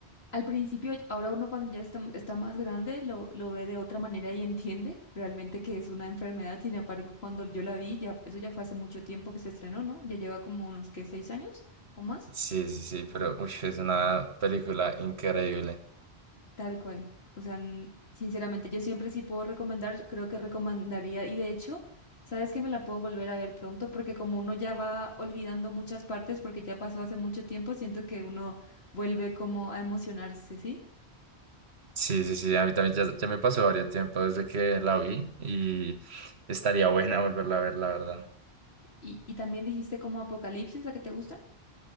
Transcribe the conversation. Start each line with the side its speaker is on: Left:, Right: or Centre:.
Left: al principio, ahora uno cuando ya está, está más grande, lo, lo ve de otra manera y entiende realmente que es una enfermedad. Sin embargo, cuando yo la vi, ya, eso ya fue hace mucho tiempo que se estrenó, ¿no? Ya lleva como unos, ¿qué? ¿Seis años o más?
Right: Sí, sí, sí, pero uy, es una película increíble.
Left: Tal cual. O sea, n- sinceramente, yo siempre sí puedo recomendar, creo que recomendaría, y de hecho, sabes que me la puedo volver a ver pronto, porque como uno ya va olvidando muchas partes, porque ya pasó hace mucho tiempo, siento que uno vuelve como a emocionarse, ¿sí?
Right: Sí, sí, sí, a mí también ya, ya me pasó varios tiempo desde que la vi y estaría buena <laughs> volverla a ver, la verdad.
Left: Y, y también dijiste como Apocalipsis, la que te gusta,